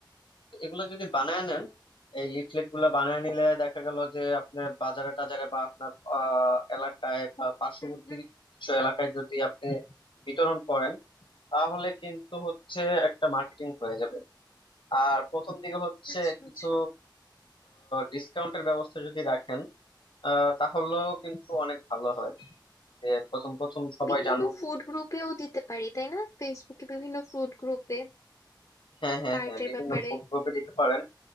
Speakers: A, on the left (about 90°); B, on the left (about 45°).
A: তো এগুলো যদি বানায় নেন এই লিফলেট গুলা বানায় নিলে দেখা গেল যে আপনার বাজারে টাজারে বা আপনার আহ, এলাকায় বা পার্শ্ববর্তী
B: হুম হুম
A: কিছু এলাকায় যদি আপনি বিতরণ করেন তাহলে কিন্তু হচ্ছে একটা মার্কেটিং হয়ে যাবে আর প্রথম দিকে হচ্ছে
B: আচ্ছা
A: কিছু
B: আচ্ছা
A: ডিসকাউন্টের ব্যবস্থা যদি রাখেন আহ, তাহলেও কিন্তু অনেক ভালো হয় যে প্রথম প্রথম সবাই
B: বিভিন্ন
A: জানুক
B: ফুড গ্রুপেও দিতে পারি তাই না ফেসবুকে বিভিন্ন ফুড গ্রুপে
A: হ্যাঁ হ্যাঁ
B: কার্টের
A: হ্যাঁ বিভিন্ন
B: ব্যাপারে
A: ফুড গ্রুপে দিতে পারেন